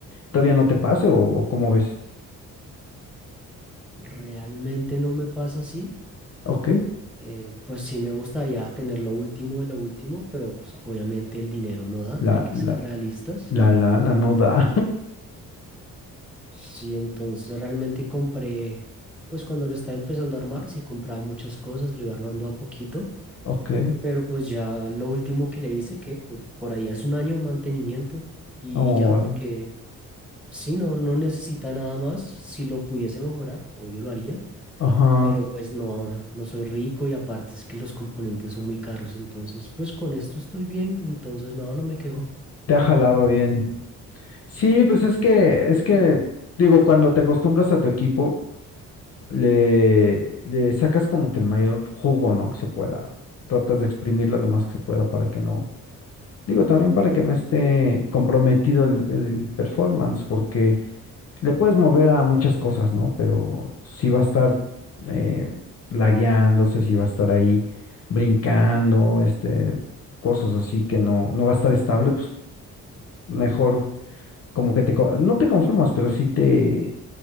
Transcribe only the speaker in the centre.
Realmente no me pasa así.
eh, pues sí me gustaría tener lo último de lo último, pero pues obviamente el dinero no da,
hay que
ser realistas.
Sí, entonces realmente compré, pues cuando lo estaba empezando a armar, sí compraba muchas cosas, lo iba armando a poquito,
pero pues ya lo último que le hice, que po- por ahí hace un año mantenimiento y,
y ya porque sí, no, no necesita nada más, si lo pudiese mejorar, obvio lo haría,
pero pues no, no soy rico y aparte es que los componentes son muy caros, entonces pues con esto estoy bien, entonces no, no me quejo.